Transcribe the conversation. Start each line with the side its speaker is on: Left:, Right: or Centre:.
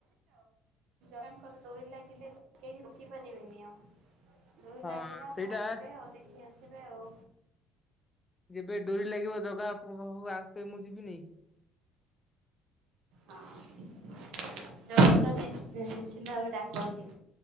Right: ଙ୍କର ଡୋରି ଲାଗିଲେ କେହି ରୋକି ପାରିବେନି ଆଉ। ଡୋରି
Left: ହଁ
Right: ଲାଗିଲେ ଆପଣ
Left: ସେଇଟା
Right: ଯିବେ ଆଉ ଦେଖି ଆସିବେ ଆଉ।
Left: ଯେବେ ଡୋରି ଲାଗିବ ଜଗା ଆପଣ ହଉ ଆପେ ମୁଁ ଯିବିନି।
Right: ହଁ, ଜଗା ତ ନିଶ୍ଚ୍ ନିଶ୍ଚିନ୍ତ ଭାବରେ ଡାକନ୍ତି।